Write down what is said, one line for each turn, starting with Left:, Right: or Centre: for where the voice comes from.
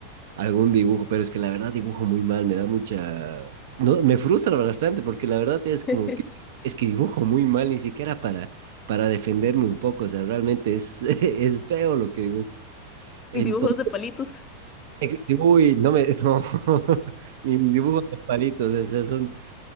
Right: algún dibujo, pero es que la verdad dibujo muy mal, me da mucha... No, me frustra bastante porque la verdad es como
Left: <laughs>
Right: que es que dibujo muy mal, ni siquiera para, para defenderme un poco, o sea, realmente es, <laughs> es feo lo que dibujo. Entonces,
Left: dibujos de palitos.
Right: <laughs> uy, no me, no, <laughs> ni mis dibujos de palitos, o sea, son,